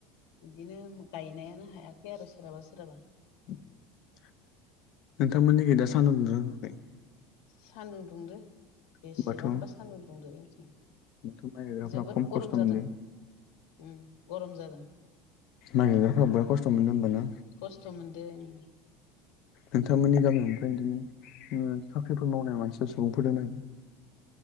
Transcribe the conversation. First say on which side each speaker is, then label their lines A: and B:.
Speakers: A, on the left (about 85°); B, on the left (about 45°).
A: बिदिनो गायनायानो हायाखै आरो सोरहाबा सोरहाबा
B: <unintelligible> नोंथांमोननि गिदा सानदुंनो नरबाय
A: सान्दुं दुंदो बेसेबांबा
B: होमबाथ'
A: सान्दुं दुंदो जोंथिं
B: बाथ' माइ गायग्राफ्रा
A: जोबोद
B: खम
A: गरम
B: खस्थ' मोनदों
A: जादों उम गरम जादों
B: नागिरग्राफ्रा बेराद खस्थ' मोनदों होनबाना।
A: खस्थ' मोनदों
B: नोंथांमोननि गामिआव ओमफ्राय बिदिनो ओ साख्रिफोर मावनाय मानसिया सुबुंफोर दोंना गैया?